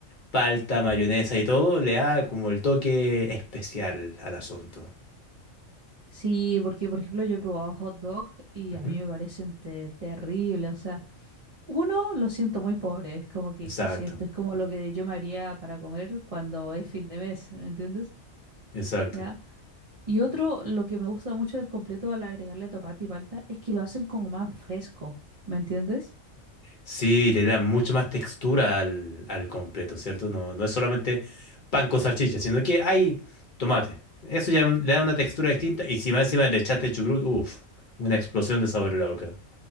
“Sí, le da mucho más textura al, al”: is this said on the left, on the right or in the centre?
Left